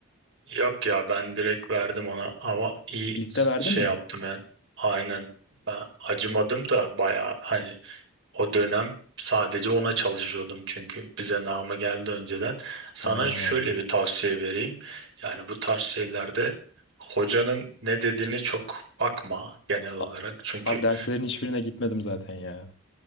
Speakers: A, on the right; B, on the left.
A: yok ya ben direkt verdim ona ama iyi
B: İlkte
A: s-
B: verdin
A: şey
B: mi?
A: yaptım ben. Aynen ben acımadım da bayağı hani o dönem sadece ona çalışıyordum çünkü bize namı geldi önceden. Sana
B: Ha.
A: şöyle bir tavsiye vereyim. Yani bu tarz şeylerde hocanın ne dediğine çok bakma genel olarak.
B: A-
A: Çünkü
B: Abi derslerin hiçbirine gitmedim zaten ya.